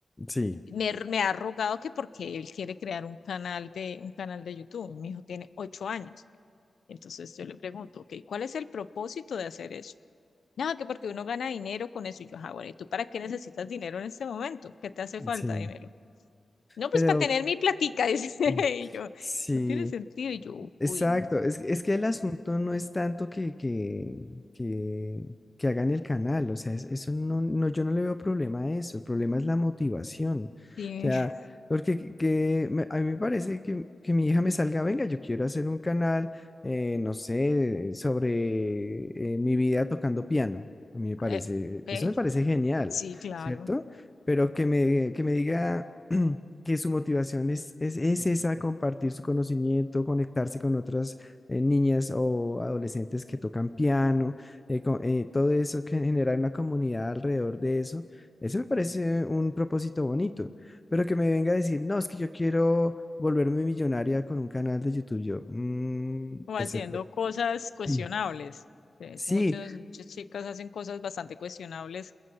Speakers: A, on the left; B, on the left.
A: sí,
B: Me, me ha rogado que porque él quiere crear un canal de, un canal de YouTube. Mi hijo tiene ocho años. Entonces yo le pregunto, ok, ¿cuál es el propósito de hacer eso? No, que porque uno gana dinero con eso. Y yo, ah, bueno, ¿y tú para qué necesitas dinero en este momento? ¿Qué te hace falta
A: sí.
B: dinero? No, pues
A: Pero
B: para tener mi platica, <laughs> dice.
A: mm,
B: Y yo,
A: sí.
B: no tiene sentido. Y yo,
A: Exacto,
B: uy, no.
A: es, es que el asunto no es tanto que, que, que, que hagan el canal, o sea, es- eso no, no, yo no le veo problema a eso, el problema es la motivación, o
B: Sí,
A: sea,
B: <laughs>
A: porque que, que me- a mí me parece que, que mi hija me salga, venga, yo quiero hacer un canal, eh, no sé, sobre eh, mi vida tocando piano, a mí me parece,
B: eh, bello.
A: eso me parece genial,
B: Sí, claro.
A: ¿cierto? Pero que me, que me diga... <clears throat> que su motivación es, es, es esa, compartir su conocimiento, conectarse con otras eh, niñas o adolescentes que tocan piano, eh, co- eh, todo eso, que generar una comunidad alrededor de eso, eso me parece un propósito bonito, pero que me venga a decir, no, es que yo quiero volverme millonaria con un canal de YouTube, yo, "Mm,
B: O
A: pues
B: haciendo
A: el pro-
B: cosas cuestionables.
A: <clears throat>
B: Pues
A: Sí,
B: muchas, muchas chicas hacen cosas bastante cuestionables